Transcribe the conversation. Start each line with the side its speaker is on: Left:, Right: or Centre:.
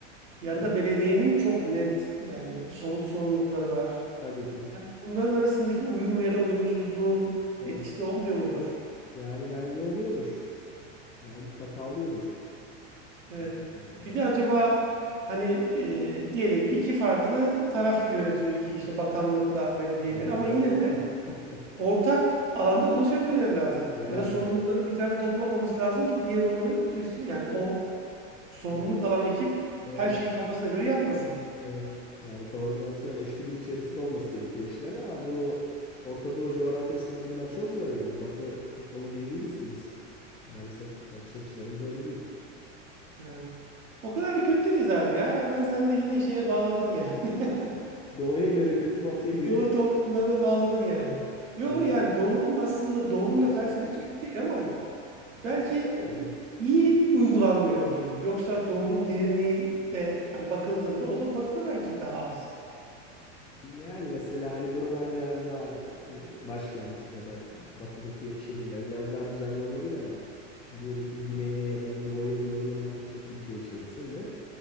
Right: Yanında
Left: Evet,
Right: belediyenin çok net yani somut sorumlulukları var.
Left: tabii ki.
Right: Bunların arasındaki uyum ya da uyumsuzluğun
Left: Evet.
Right: etkisi de olmuyor mudur?
Left: Yani bence oluyordur. Yani mutlaka oluyordur.
Right: Evet.
Left: E,
Right: Bir de acaba hani e, diyelim ki iki farklı taraf yönetiyor iki işte bakanlıkla belediyeleri
Left: oho.
Right: ama yine de
Left: <laughs>
Right: ortak alanda buluşabilmeleri lazım.
Left: Yani
Right: Ya da sorumlulukların bir tarafta toplanmaması lazım ki diğeri onu suistimal yani o sorumluluk
Left: e,
Right: alan ekip
Left: evet
Right: her şeyi kafasına göre yapmasın.
Left: evet. Yani koordinasyon, eşgüdüm içerisinde olması gerekiyor işlerin ama bu Orta Doğu coğrafyasında bunlar çok zor yani. Batı toplumu gibi değiliz ki biz. Maalesef bakış açılarımız öyle değil.
Right: Ha. O kadar da kötü değiliz abi ya. Hemen sen de yine şeye bağladın yani. <laughs>
Left: Doğuya göre kötü, batıya göre
Right: Doğu toplumlarına bağladın yani. Yo
Left: <laughs> e,
Right: yani
Left: yani
Right: Doğu'nun aslında Doğu'nun
Left: gerçekler
Right: da felsefesi kötü değil ama belki
Left: Ya şöyle
Right: iyi uygulanmıyor diyelim. Yoksa Doğu'nun derinliği de hani bakıldığında o da Batı'da belki daha az.
Left: yani mesela hani buralar biraz daha e, başkent ya da batıdaki şehirler biraz daha düzenli olabilir ama diyelim ki güneye ya da doğuya doğru yöneldikçe Türkiye içerisinde